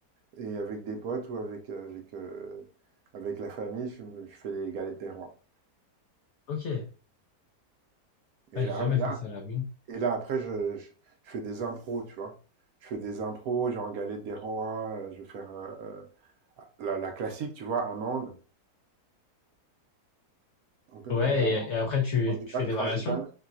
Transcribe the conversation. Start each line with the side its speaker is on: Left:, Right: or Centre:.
Right: et avec des potes ou avec, avec, euh, avec la famille, je, me- je fais les galettes des rois.
Left: Ok.
Right: Et
Left: Ah, j'ai
Right: là,
Left: jamais fait
Right: là,
Left: ça, j'avoue.
Right: et là après, je, je, je fais des impros, tu vois. Je fais des impros, genre galette des rois, euh, je vais faire. euh, La, la classique, tu vois, amande, donc, euh,
Left: Ouais,
Right: pâte d'amande,
Left: et, et après, tu,
Right: frangipane,
Left: tu fais des
Right: frangipane.
Left: variations?